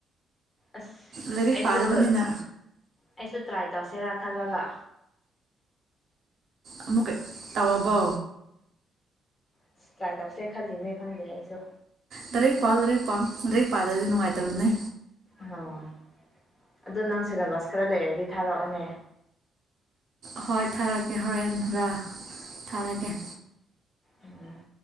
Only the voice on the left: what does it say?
ꯑꯁ
ꯑꯩꯁꯨ
ꯑꯩꯁꯨ ꯇ꯭ꯔꯥꯏ ꯇꯧꯁꯦꯔꯥ ꯈꯜꯂꯒ
ꯑꯁ ꯇ꯭ꯔꯥꯏ ꯇꯧꯁꯦ ꯈꯜꯂꯤꯅꯦ ꯈꯪꯗꯦ ꯑꯩꯁꯨ
ꯑꯣ ꯑꯗꯨ ꯅꯪ ꯁꯦꯂꯕꯁ ꯈꯔ ꯂꯩꯔꯗꯤ ꯊꯥꯔꯛꯑꯣꯅꯦ
ꯎꯝ